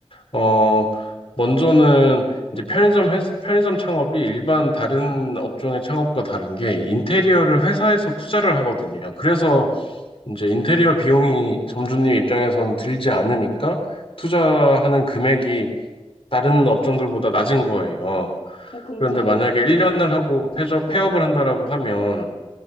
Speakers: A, on the left; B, on the left.
A: 어, 먼저는 이제 편의점 회, 편의점 창업이 일반 다른 업종의 창업과 다른 게 인테리어를 회사에서 투자를 하거든요. 그래서 이제 인테리어 비용이 점주님 입장에서는 들지 않으니까 투자하는 금액이 다른 업종들보다 낮은 거예요.
B: 어, 근데
A: 그런데 만약에 1년을 하고 폐업,
B: 네,
A: 폐업을 한다라고 하면